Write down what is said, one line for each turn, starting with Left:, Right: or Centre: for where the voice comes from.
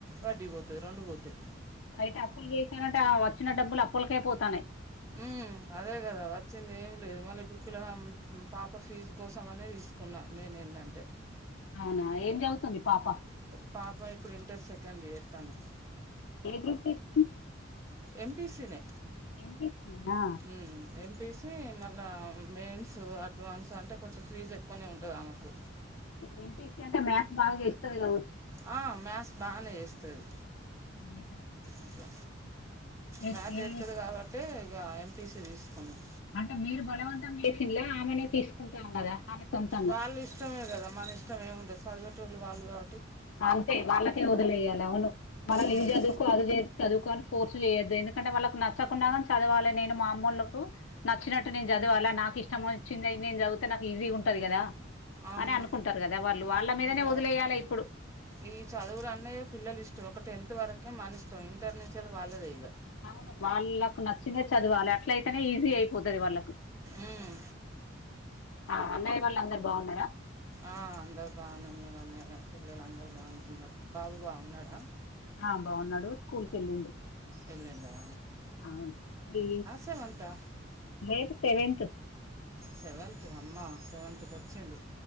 Right: వడ్డీపోతది రొండు బోతై
Left: బయటప్పులు జేసనంటే ఆ వచ్చిన డబ్బులు అప్పులకే పోతానై
Right: ఊ అదే గదా చ్చిందేం లేదు మళ్ళ ఇప్పుడు పిల్లగాం మ్మ్ పాప ఫీజు కోసం అనే తీసుకున్నా మేన్ ఏందంటే
Left: అవునా ఏం జదువుతుంది పాప
Right: పాప ఇప్పుడు ఇంటర్ సెకండియర్ తను
Left: ఏ గ్రూప్ తీస్
Right: ఎమ్. పీ. సీ నే
Left: ఎమ్. పీ. సి నేనా
Right: ఉమ్ ఎమ్. పీ. సీ మళ్ళా మెయిన్సు అడ్వాన్సంటె కొంచెం ఫీజ్ ఎక్కువనే ఉంటదావకు
Left: ఎం. పీ. సి అంటే మ్యాస్ బాగ జేస్తది గావచ్చు
Right: ఆ మ్యాస్ బాగనే ఏస్తది
Left: బెటరే
Right: అట్ల
Left: ఏ
Right: మ్యాస్ జేత్తది
Left: ఏ
Right: గాబట్టే ఇగా ఎంపీసీ దీసుకున్నం
Left: అంటే మీరు బలవంతం జేసిన్లా ఆమనే తీసుకుంటా అన్నదా ఆమె సొంత
Right: వాళ్ళిష్టమే గదా మనిష్టం ఏముంటది చదివేటోల్లు వాళ్ళు గా
Left: అంతే వాళ్ళకే వదిలేయ్యాలె అవును మనం
Right: ఉమ్,
Left: ఇవి జదువు కో అది జేయొద్దు చదువుకో అని ఫోర్స్ చేయొద్దు ఎందుకంటె వాళ్ళకు నచ్చకుండాగాని చదవాలె నేను మా అమ్మోళ్లకు నచ్చినట్టు నేను జదువాలా నాకిష్టమొచ్చింది నేను జదువుతే నాకు ఈజీగుంటది గదా
Right: అవును
Left: అని అనుకుంటరు గదా వాళ్ళు వాళ్ళమీదనే
Right: ఇక
Left: వదిలేయ్యాలే ఇప్పుడు
Right: ఈ చదువులన్నీ పిల్లలిష్టం ఒక టెన్త్ వరకే మనిష్టం ఇంటర్ నించెల్లి వాళ్ళదె ఇగ
Left: అవును వాళ్ళకు నచ్చినది చదవాలె అట్లయితనే ఈజీ అయి పోతది వాళ్ళకు
Right: ఉమ్,
Left: ఆ అన్నయ్య వాళ్లందరు బావున్నరా
Right: ఆ అందరు బాగనే ఉన్నరు అన్నయ పిల్లలందరు బాగనే ఉన్నారు బాబు బాగున్నడా
Left: హా బావున్నడు స్కూల్కెళ్ళిండు
Right: ఎల్లిందా
Left: అవును ఈ
Right: సెవెంతా
Left: డేట్ సెవెన్త్
Right: సెవెంతు అమ్మా సెవెంతుకొచ్చిండు